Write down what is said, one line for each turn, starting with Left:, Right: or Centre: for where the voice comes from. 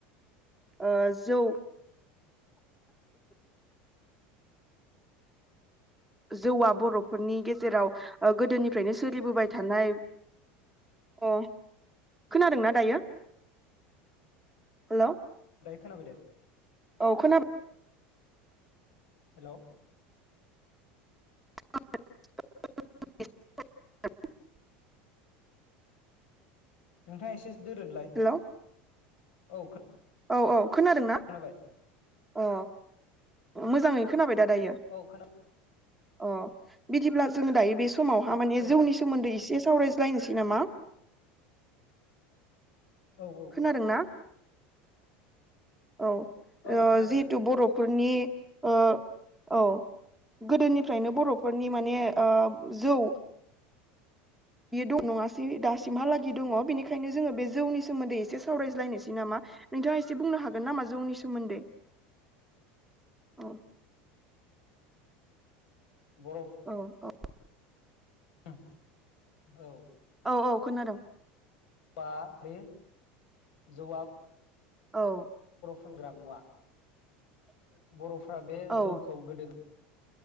Centre: ओ जौ जौवआ बर' फोरनि गेजेराव गोदोनिफ्रायनो सोलिबोबाय थानाय अ खोनादोंना दायो? हेल'
Left: दायो खोनाबाय दे।
Centre: औ खोनाबा
Left: हेलौ
Centre: <unintelligible>
Left: नोंथाङ एसे दोरोथलाय।
Centre: हेलौ
Left: औ।
Centre: औ औ। खोनादों ना।
Left: खोनाबाय
Centre: अ मोजाङै खोनाबाय दा दायो
Left: औ खोना
Centre: अ बिदिब्ला जोङो दायो बे स समावहा माने
Left: औ
Centre: जौनि सोमोन्दै इसे एसे सावरायज्लायनोसै नामा?
Left: औ औ
Centre: खोनादोंना
Left: औ।
Centre: औ
Left: औ
Centre: ओ
Left: खोनादों
Centre: जिहेतु बर' फोर नि ओ औ गोदोनिफ्रायनो बरफोरनि माने जौ बियो दं नङासै दासिमहालागै दङ बेनिखायनो जोङो बे जौनि सोमोन्दै एसे सावरायज्लायनोसै नामा नोंथाङा एसे बुंनो हागोन नामा जौनि सोमोन्दै औ।
Left: बरफ
Centre: औ औ
Left: ओं औ
Centre: औ औ खोनादों।
Left: बा बे जौआ
Centre: औ
Left: फानग्रा मुवा। बर'फ्रा बे
Centre: औ
Left: जौखौ गोदो